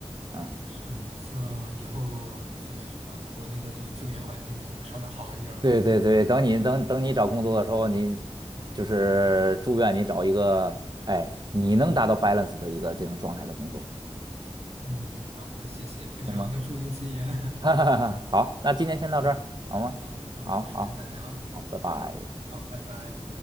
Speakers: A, on the right; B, on the right.
A: 嗯，
B: 嗯，希望以后这个什么国内的这个就业环境能稍微好一点儿吧。
A: 对对对，等你等等你找工作的时候，你就是祝愿你找一个，哎，你能达到 balance 的一个这种状态的工作，
B: 嗯，<laughs> 好，那谢谢，非常的祝您吉言。
A: 行吗？<laughs> 哈哈哈，好，那今天先到这儿，
B: <laughs> 行，
A: 好吗？
B: 好，那我们有时间再聊。
A: 好好好，拜拜。
B: 好，拜拜。